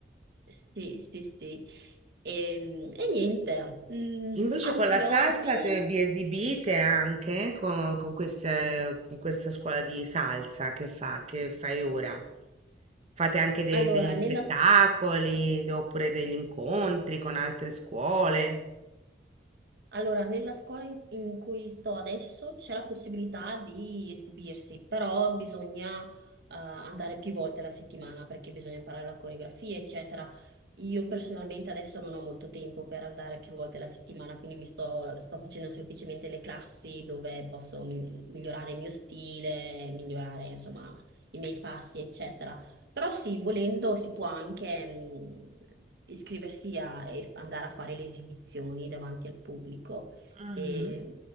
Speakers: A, on the right (about 65°); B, on the right (about 40°).
A: sì, sì, sì. E, e niente, mm,
B: Invece
A: altri
B: con la salsa
A: hobby?
B: te vi esibite anche co con queste con questa scuola di salsa che fa che fai ora? Fate anche de
A: Allora,
B: degli
A: nella,
B: spettacoli, d oppure degli incontri con altre scuole?
A: Allora, nella scuola in, in cui sto adesso c'è la possibilità di esibirsi, però bisogna eh, andare più volte la settimana perché bisogna imparare la coreografia, eccetera. Io personalmente adesso non ho molto tempo per andare più volte la settimana, quindi mi sto, sto facendo semplicemente le classi dove posso mi- migliorare il mio stile, migliorare, insomma, i miei passi, eccetera. Però sì, volendo si può anche mh, iscriversi a, e andare a fare le esibizioni davanti al pubblico.
B: Mh-mh.
A: E,